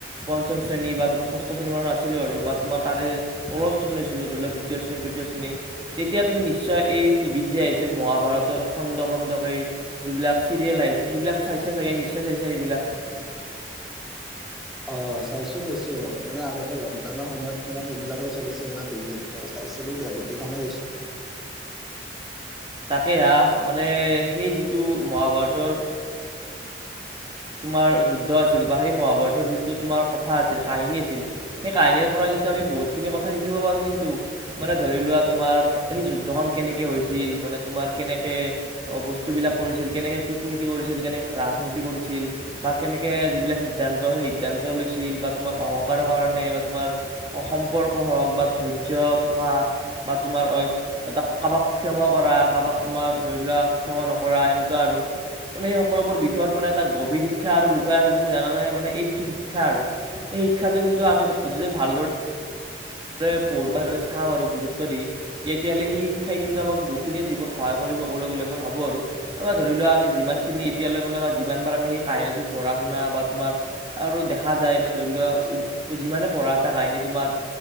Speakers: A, on the right; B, in the centre.
A: পঞ্চম শ্ৰেণী বা তোমাৰ ষষ্ঠ শ্ৰেণী আছিলোঁ আৰু বা তোমাৰ তাৰে তলৰ শ্ৰেণীৰ আছিল ধৰি ল দ্বিতীয় শ্ৰণী-তৃতীয় শ্ৰেণী তেতিয়া তুমি নিশ্চয় এই টিভিত যে আহিছিল মহাভাৰতৰ খণ্ড খণ্ডকে যিবিলাক চিৰিয়েল আহিছিল সেইবিলাকো চাইছিল নিশ্চয় চাগে নিশ্চয় চাইছা সেইবিলাক?
B: অ', চাইছোঁ চাইছোঁ মানে আগতে লকডাউনৰ সময়ত তোমাৰ সেইবিলাকে চলিছিল ন টিভিত ত' চাই চাইছিলোঁ দিয়া গোটেইখনেই চাইছোঁ।
A: তাকে আ, মানে সেই যিটো মহাভাৰতৰ তোমাৰ যুদ্ধ আছিল বা সেই মহাভাৰতৰ যিটো তোমাৰ কথা আছিল কাহিনী আছিল সেই কাহিনীৰ ওপৰত কথা কিন্তু আমি বহুতখিনি কথা শিকিব পাৰোঁ, কিন্তু মানে ধৰিলোৱা তোমাৰ তাত সেই যুদ্ধখন কেনেক হৈছিল তোমাৰ কেনেকে বস্তুবিলাক কৰিছিল, কেনেকে কূটনীতি কৰিছিল, কেনেকে ৰাজনীতি কৰিছিল। বা কেনেকে যিবিলাক সিদ্ধান্ত সেই সিদ্ধান্ত লৈছিল বা তোমাৰ অহংকাৰৰ কাৰণে বা তোমাৰ সম্পৰ্ক হওক বা ধৈৰ্য থকা বা তোমাৰ এটা কাৰবাক ক্ষমা কৰা কাবাক তোমাৰ ধৰি লোৱা ক্ষমা নকৰা এনেকুৱা আৰু। মানে সেই সকলোবোৰ বিষয়ত মানে এটা গভীৰ শিক্ষা আৰু লুকাই আছে তুমি জানা নে, মানে এই যিটো শিক্ষা আৰু। এই শিক্ষাটো কিন্তু আমি যিজন ভালদৰে ৰে পঢ় চাওঁ আৰু গুৰুত্ব দি, তেতিয়াহ'লে সেই শিক্ষাই কিন্তু আমাক বহুখিনিয়ে জীৱত সহায় কৰি ক'বলৈ গ'লে মই ভাবোঁ আৰু আমাৰ ধৰি লোৱা আমি যিমানখিনি এতিয়ালৈ মানে যিমানবাৰ আমি সেই কাহিনীটো টো পঢ়া শনা বা তোমাৰ আৰু দেখা যায় বা ধৰি লোৱা যিমানে পঢ়া এটা কাহিনী তোমাৰ